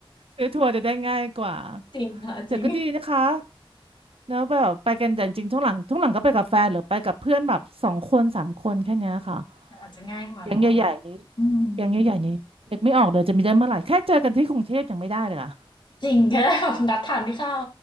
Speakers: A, on the right; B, on the left.
A: ซื้อทัวร์จะได้ง่ายกว่า
B: จริงค่ะจริง
A: แต่ก็ดีนะคะแล้วแบบไปกันแต่จริงๆช่วงหลังช่วงหลังก็ไปกับแฟนหรือไปกับเพื่อนแบบสองคนสามคนแค่เนี้ยค่ะ
B: มันอาจจะง่ายกว่าเนาะแบบอื
A: แก๊งใหญ่ๆนี้แก๊งใหญ่ๆนี้นึกไม่ออกเลยจะมีได้เมื่อไหร่แค่เจอกันที่กรุงเทพยังไม่ได้เลยอะ
B: มจริงแค่ <laughs> แบบนัดทานข้าว